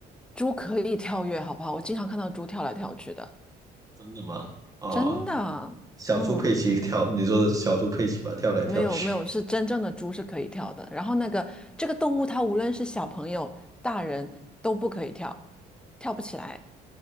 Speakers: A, in the centre; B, on the right.
A: 猪可以跳跃，好不好？我经常看到猪跳来跳去的，
B: 真的吗？哦。
A: 真的，
B: 小猪佩奇跳，
A: 嗯。
B: 你说的是小猪佩奇吧？跳来跳去，
A: 没有没有，是真正的猪是可以跳的。然后那个这个动物，它无论是小朋友、大人都不可以跳，跳不起来。